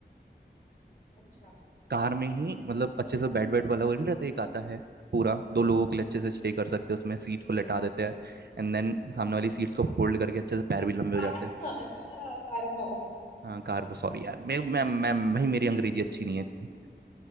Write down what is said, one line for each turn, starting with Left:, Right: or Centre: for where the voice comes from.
Left: अच्छा
Right: कार में ही मतलब अच्छे से बेड बेड वाला वो नहीं रहता एक आता है पूरा दो लोगों के लिए अच्छे से स्टे कर सकते हैं उसमें सीट को लटा देते हैं एंड देन सामने वाली सीट्स को फोल्ड करके अच्छे से पैर भी लंबे
Left: कारा
Right: हो जाते हैं
Left: अच्छा कारा ओके
Right: हाँ
Left: ठीक
Right: कार वो सॉरी
Left: है ठीक
Right: यार
Left: है।
Right: मैं मैं मैं भाई मेरी अंग्रेजी अच्छी नहीं है इतनी।